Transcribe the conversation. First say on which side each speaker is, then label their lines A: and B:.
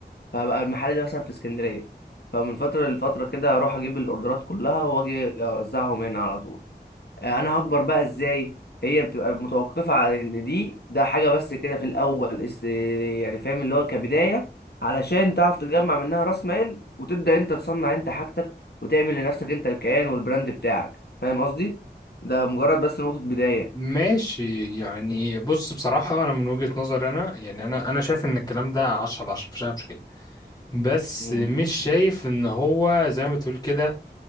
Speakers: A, on the left (about 70°); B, on the left (about 20°).
A: فهبقى المحل ده مثلا في اسكندريه فمن فتره لفتره كده هروح اجيب الاوردرات كلها واجي اوزعهم هنا على طول انا هكبر بقى ازاي هي بتبقى متوقفه على ان دي ده حاجه بس كده في الاول است... يعني فاهم اللي هو كبدايه علشان تعرف تجمع منها راس مال وتبدا انت تصنع انت حاجتك وتعمل لنفسك انت الكيان والبراند بتاعك فاهم قصدي ده مجرد بس نقطه بدايه
B: ماشي يعني بص بصراحة أنا من وجهة نظري أنا يعني أنا أنا شايف إن الكلام ده 10 على 10 مفيش أي مشكلة بس
A: مم.
B: مش شايف إن هو زي ما تقول كده